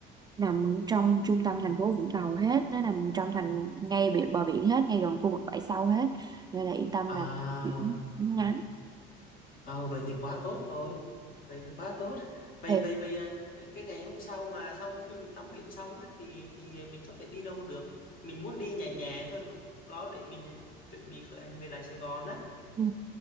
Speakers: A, on the right (about 20°); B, on the left (about 45°).
A: nằm trong trung tâm thành phố Vũng Tàu hết nó nằm trong thành ngay biển bờ biển hết ngay gần khu vực bãi sau hết nên là yên tâm
B: à
A: là biển ngắn
B: ờ vậy thì quá tốt rồi vậy thì quá tốt vậy
A: ừ.
B: vậy vậy à, cái ngày hôm sau mà sau khi mình tắm biển xong á thì thì mình có thể đi đâu được mình muốn đi nhẹ nhẹ thôi lúc lúc đó để mình ờ, chuẩn bị khởi hành về lại Sài Gòn á
A: Ừ.